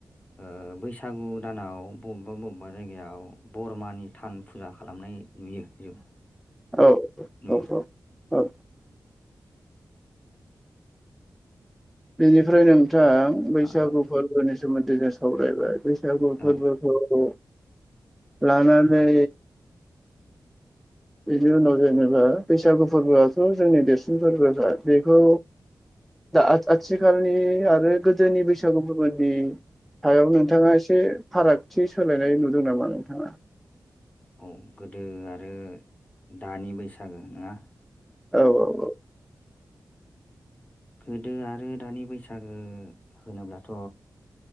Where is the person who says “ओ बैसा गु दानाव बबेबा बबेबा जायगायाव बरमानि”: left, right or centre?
Left